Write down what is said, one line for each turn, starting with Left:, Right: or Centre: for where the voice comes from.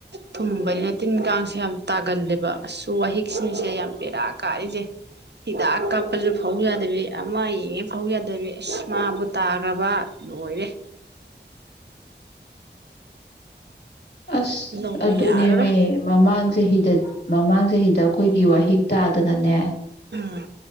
Right: ꯊꯨꯝꯕꯅꯤꯅ ꯇꯤꯟ ꯀꯥꯡꯁꯦ ꯌꯥꯝ ꯇꯥꯒꯜꯂꯦꯕ ꯑꯁꯁꯨ ꯋꯥꯍꯤꯛꯁꯤꯅꯤꯁꯦ ꯌꯥꯝ ꯄꯦꯔꯥ ꯀꯥꯔꯤꯁꯦ ꯍꯤꯗꯥꯛ ꯀꯥꯞꯄꯁꯨ ꯐꯧ ꯌꯥꯗꯕꯤ ꯑꯃ ꯌꯦꯡꯉꯦ ꯐꯧ ꯌꯥꯗꯕꯤ ꯑꯁ ꯃꯥꯕꯨ ꯇꯥꯈ꯭ꯔꯕ ꯂꯣꯏꯔꯦ
Left: ꯑꯁ
Right: ꯂꯧꯕ
Left: ꯑꯗꯨꯅꯦꯃꯦ
Right: ꯌꯥꯔꯔꯣꯏ
Left: ꯃꯃꯥꯡ ꯆꯍꯤꯗ ꯃꯃꯥꯡ ꯆꯍꯤꯗ ꯁꯤꯗ ꯑꯩꯈꯣꯏꯒꯤ ꯋꯥꯍꯤꯛ ꯇꯥꯗꯅꯅꯦ
Right: ꯎꯝ